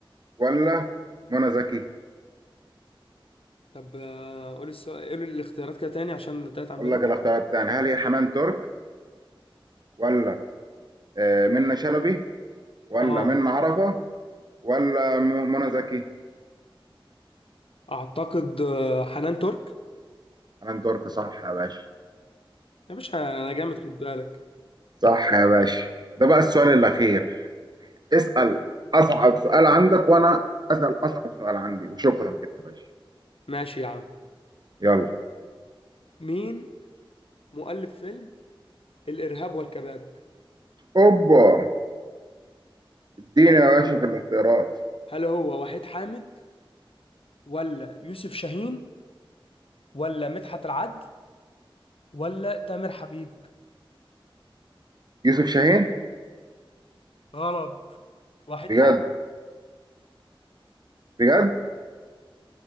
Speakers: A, on the right; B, on the left.
A: ولا منى زكي
B: طب آه، قول السؤال قول الاختيارات كده تاني عشان تتعب
A: اقول
B: بالي
A: لك الاختيارات التانية هل هي حنان ترك ولا آه منة شلبي ولا
B: اه
A: منة عرفه ولا م- منى زكي
B: اعتقد آه، حنان ترك
A: حنان ترك صح يا باشا
B: يا باشا انا جامد خد بالك
A: صح يا باشا ده بقى السؤال الأخير اسأل أصعب سؤال عندك وأنا أسأل أصعب سؤال عندي وشكرا كده يا باشا
B: ماشي يا عم
A: يلا
B: مين مؤلف فيلم الارهاب والكباب
A: أوبا اديني
B: هل
A: يا
B: هو
A: باشا في الاختيارات
B: هل هو وحيد حامد ولا يوسف شاهين ولا مدحت العدل ولا تامر حبيب
A: يوسف شاهين
B: غلط وحيد
A: بجد
B: حامد
A: بجد